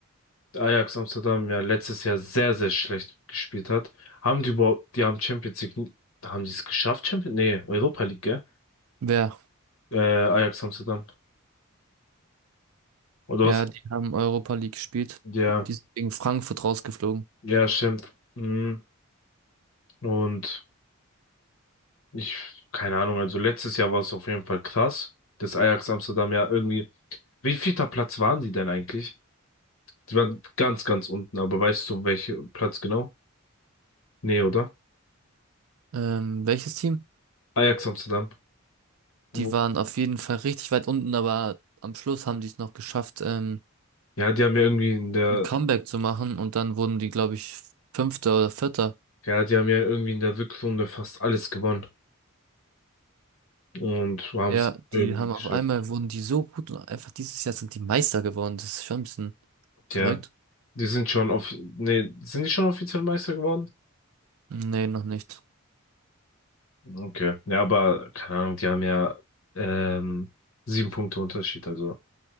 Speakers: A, on the left; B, on the right.
A: Ajax Amsterdam ja letztes Jahr sehr, sehr schlecht gespielt hat. Haben die überhaupt, die haben Champions League, nie- haben die es geschafft? Champions, nee, Europa League, gell?
B: Wer?
A: Äh, Ajax Amsterdam. Oder
B: Ja,
A: was?
B: die haben Europa League gespielt.
A: Ja,
B: Die sind gegen Frankfurt rausgeflogen.
A: ja, stimmt. Mhm. Und ich, keine Ahnung, also letztes Jahr war es auf jeden Fall krass, dass Ajax Amsterdam ja irgendwie, wie vielter Platz waren die denn eigentlich? Die waren ganz, ganz unten, aber weißt du, welcher Platz genau? Nee, oder?
B: Ähm, welches Team?
A: Ajax Amsterdam. Wo-
B: Die waren auf jeden Fall richtig weit unten, aber am Schluss haben die es noch geschafft, ähm,
A: Ja, die haben ja irgendwie in der
B: ein Comeback zu machen und dann wurden die, glaube ich, Fünfter oder Vierter.
A: Ja, die haben ja irgendwie in der Rückrunde fast alles gewonnen und haben
B: Ja,
A: es irgendwie
B: die haben
A: geschafft.
B: auf einmal wurden die so gut und einfach dieses Jahr sind die Meister geworden. Das ist schon ein bisschen
A: Tja,
B: verrückt.
A: die sind schon off, nee, sind die schon offiziell Meister geworden?
B: Nee, noch nicht.
A: Okay. Ja, aber keine Ahnung, die haben ja ähm, sieben Punkte Unterschied. Also